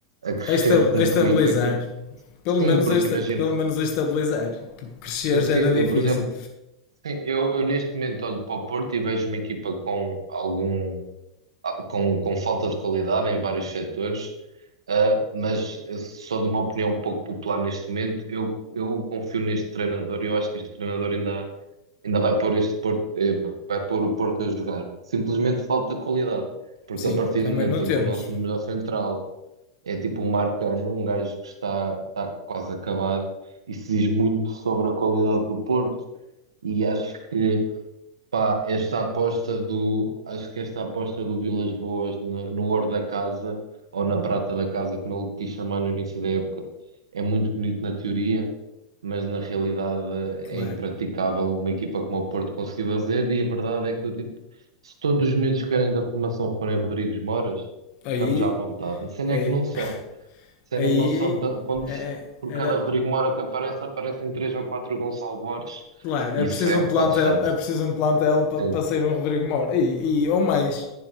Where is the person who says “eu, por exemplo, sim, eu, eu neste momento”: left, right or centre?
Right